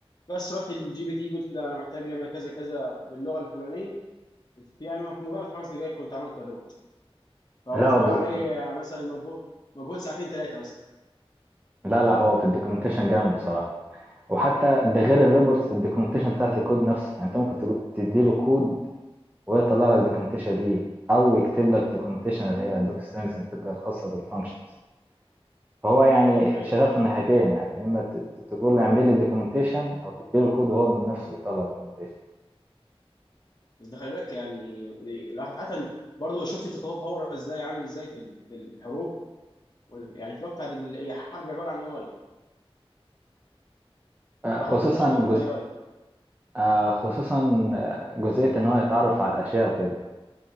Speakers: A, on the left; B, on the right.
A: بس رحت للجي بي تي قلت لا انا محتاج يعمل كذا كذا باللغه الفلانيه في يعني في مجرد خمس دقائق كنت عملت الريموت فوفر
B: لا
A: عليا مثلا مجهود مجهود ساعتين ثلاثه مثلا
B: لا لا هو في الدوكيومنتيشن جامد بصراحة وحتى ده غير
A: مم.
B: الريبورتس الدوكيومنتيشن بتاعت الكود نفسه يعني انت ممكن تج- تديله كود وهو يطلع لك دوكيومنتيشن ليه او يكتب لك دوكيومنتيشن اللي
A: مم.
B: هي الدوك سترينجز اللي بتبقى الخاصة بالفانكشنز فهو يعني
A: ايوه
B: شغال في الناحيتين يعني اما ت- ت- تقول له اعمل لي دوكيومنتيشن او تديله الكود وهو من نفسه يطلع دوكيومنتيشن
A: بس ده خلي بالك يعني الواحد حتى برضه شفت التطور ازاي عامل ازاي في ال- في الحروب وال- يعني في الوقت بتاع ال- هي حرب عباره عن اي اي
B: آه،
A: الحروب
B: خصوصا
A: القوه دي كلها
B: جزء
A: اي اي
B: آه، خصوصا آه، جزئية ان هو يتعرف على الاشياء وكده